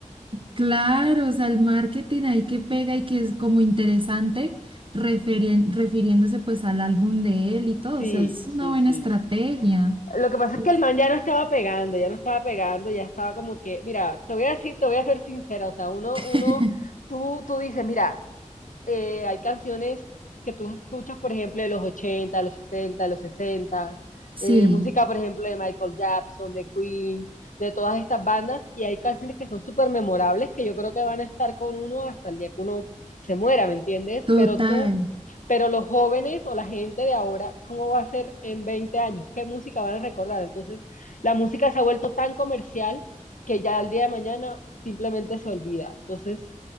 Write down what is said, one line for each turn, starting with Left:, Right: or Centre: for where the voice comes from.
Right: Claro, o sea, el marketing ahí que pega y que es como interesante, referen- refiriéndose pues al álbum de él y todo,
Left: Sí,
Right: o sea, es
Left: sí,
Right: una buena
Left: sí.
Right: estrategia.
Left: Lo que pasa
Right: Uf.
Left: es que el man ya no estaba pegando, ya no estaba pegando, ya estaba como que, mira, te voy a decir, te voy a ser sincera, o sea, uno,
Right: <laughs>
Left: uno, tú, tú dices, mira, eh, hay canciones que tú escuchas, por ejemplo, de los 80, de los 70, de los 60,
Right: Sí,
Left: eh, música, por ejemplo, de Michael Jackson, de Queen, de todas estas bandas, y hay canciones que son súper memorables que yo creo que van a estar con uno hasta el día que uno se muera, ¿me entiendes?
Right: total.
Left: Pero tú, pero los jóvenes o la gente de ahora, ¿cómo va a ser en 20 años? ¿Qué música van a recordar? Entonces, la música se ha vuelto tan comercial que ya al día de mañana simplemente se olvida. Entonces,